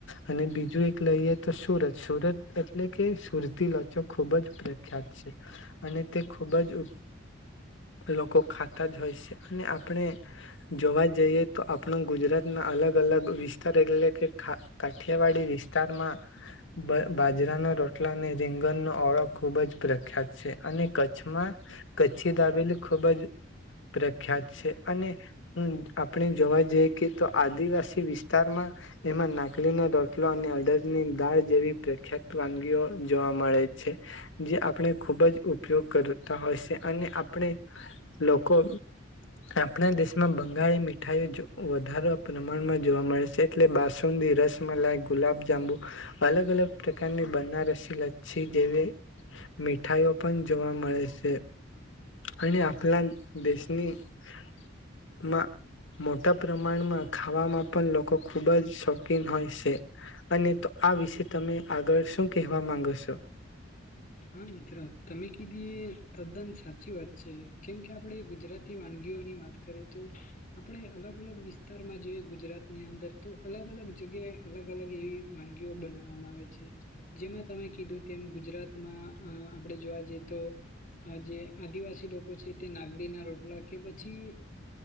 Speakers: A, on the left; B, on the left.
A: અને બીજું એક લઈએ તો સુરત સુરત એટલે કે કુર્તી લોચો ખૂબ જ પ્રેમ ખ્ય અને તે ખુબ જ લોકો ખાતા જ હોય છે અને આપણે જોવા જઈએ તો આપણો ગુજરાત ના અલગ અલગ વિ તાર એટલે કે ખા કાઠિયાવાડી વિસ્તારમાં બ બાજરાનો રોટલા ને રીંગણનો ઓળો ખૂબ જ પ્રખ્યાત છે અને, કચ્છમાં કચ્છી દાબેલી ખુબ જ પ્રખ્યાત છે અને આપણે જોવા જઈએ કે તો આદિવાસી વિસ્તારમાં એમાં નાકલીનો રોટલો અને અડદની દાળ જેવી પ્રખ્યાત વાનગીઓ જોવા મળે છે. જે આપણે ખૂબ જ ઉપયોગ કરતા હોય છે અને આપણે લોકો આપણા દેશમાં બંગાળી મીઠાઈઓ વધારે પ્રમાણમાં જોવા મળે છે એટલે બાસુંદી રસમલાઈ ગુલાબજાંબુ અલગ અલગ પ્રકારની બનારસી લચ્છી જેવી મીઠાઈઓ પણ જોવા મળે છે અને આપણા દેશનીમાં મોટા પ્રમાણમાં ખાવામાં પણ લોકો ખુબ જ શોખીન હોય છે અને તો આ વિશે તમે આગળ શું કહેવા માંગો છો.
B: હા મિત્રો તમે કીધી એ તદ્દન સાચી વાત છે કેમ કે આપણે ગુજરાતી વાનગીઓની વાત કરે તો આપડે અલગ-અલગ વિસ્તારમાં જોઈએ ગુજરાતની અંદર તો અલગ-અલગ જગ્યાએ અલગ-અલગ એવી વાનગીઓ બનાવવામાં આવે છે જેમાં તમે કીધું તેમ ગુજરાત આપણે જોવા જઈએ તો આ જે આદિવાસી લોકો છે તે નાગડી ના રોટલા કે પછી